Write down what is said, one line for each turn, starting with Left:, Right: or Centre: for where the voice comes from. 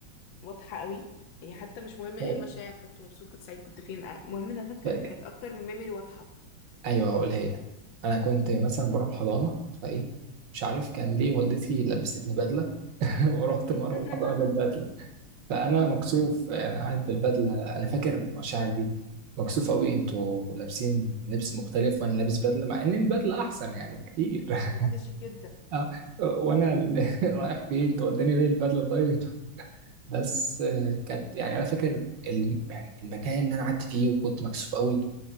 Left: واضحة قوي يعني حتى مش مهم
Right: ف...
Left: ايه المشاعر كنت مبسوط كنت سعيد كنت فين آه، المهم ان انا ك-
Right: ف...
Left: كانت اكتر من ميموري واضحة
Right: ايوه هقولها هي انا كنت مثلا بروح الحضانه فايه مش عارف كان ليه والدتي لبستني بدله <laughs> ورحت مره
Left: <laughs>
Right: الحضانه بالبدله فانا مكسوف آه، قاعد بالبدله انا فاكر المشاعر دي مكسوف قوي انتوا لابسين لبس مختلف وانا لابس بدله مع ان البدله احسن يعني بكتير <laughs>
Left: دي حاجة شيك جدا
Right: آه، وانا ال- <laughs> رايح فين توداني ليه البدله طيب بس آه، كانت يعني انا فاكر الم- يعني المكان اللي انا قعدت فيه وكنت مكسوف قوي